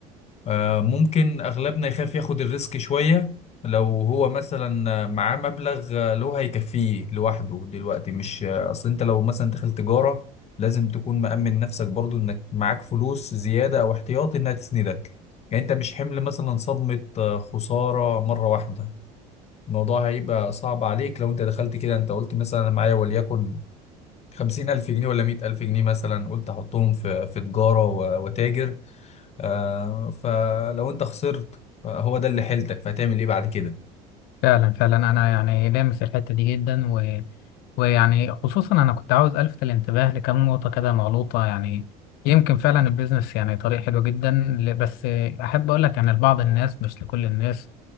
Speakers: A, on the left; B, on the left.
A: آه، ممكن أغلبنا يخاف ياخد الريسك شوية لو هو مثلا معاه مبلغ آه، اللي هو هيكفيه لوحده دلوقتي مش آه، أصل أنت لو مثلا دخل تجارة لازم تكون مأمن نفسك برضو إنك معاك فلوس زيادة أو احتياطي إنها تسندك يعني أنت مش حمل مثلا صدمة آه، خسارة مرة واحدة الموضوع هيبقى صعب عليك لو أنت دخلت كده أنت قلت مثلا أنا معايا وليكن خمسين ألف جنيه ولا مية ألف جنيه مثلا قلت أحطهم في في تجارة و- وتاجر آه فلو انت خسرت هو ده اللي حيلتك فهتعمل ايه بعد كده
B: فعلا فعلا انا يعني لامس الحته دي جدا و... ويعني خصوصا انا كنت عاوز الفت الانتباه لكم نقطه كده مغلوطه يعني يمكن فعلا البيزنس يعني طريق حلو جدا ل- بس احب اقول لك يعني لبعض الناس مش لكل الناس